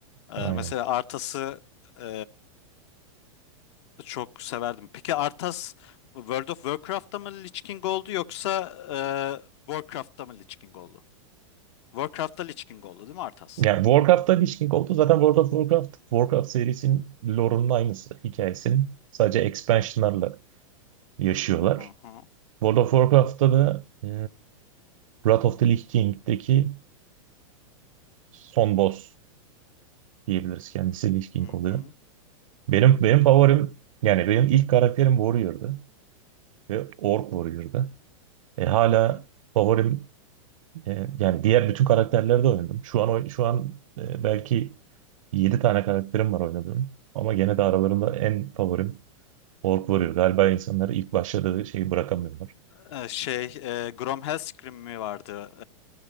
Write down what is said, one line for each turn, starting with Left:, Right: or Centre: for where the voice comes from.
Left: Ee,
Right: Aynen.
Left: mesela Arthas'ı e, çok severdim. Peki Arthas World of Warcraft'ta mı Lich King oldu yoksa e, Warcraft'ta mı Lich King oldu? Warcraft'ta Lich King oldu değil mi Arthas?
Right: Yani Warcraft'ta Lich King oldu. Zaten World of Warcraft, Warcraft serisinin lore'unun aynısı. Hikayesinin sadece expansion'larla yaşıyorlar.
Left: Hı hı.
Right: World of Warcraft'ta da e, Wrath of the Lich King'deki son boss diyebiliriz. Kendisi Lich King
Left: Hı
Right: oluyor.
Left: hı.
Right: Benim benim favorim yani benim ilk karakterim Warrior'dı ve Orc Warrior'dı. E, hala
Left: Hı hı.
Right: favorim E, yani diğer bütün karakterleri de oynadım. Şu an oy- şu an e, belki 7 tane karakterim var oynadığım. Ama gene de aralarında en favorim Orc Warrior. Galiba insanları ilk başladığı şeyi bırakamıyorlar.
Left: Ee, şey e, Grom Hellscream mi vardı